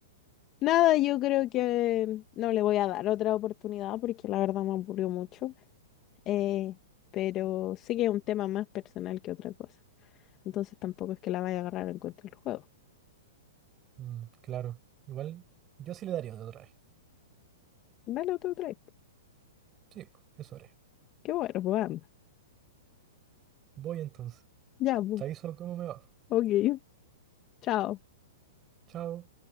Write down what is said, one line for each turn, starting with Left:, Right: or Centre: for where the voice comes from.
Left: nada, yo creo que no le voy a dar otra oportunidad porque la verdad me aburrió mucho. Eh, pero sí que es un tema más personal que otra cosa. Entonces tampoco es que la vaya a agarrar en contra del juego.
Right: Mm, claro. Igual, yo sí le daría otra vez.
Left: Dale otro try.
Right: Sí, po, eso haré.
Left: Qué bueno, pues anda.
Right: Voy entonces.
Left: Ya, pues.
Right: Te aviso cómo me va. po.
Left: Ok. Chao.
Right: Chao.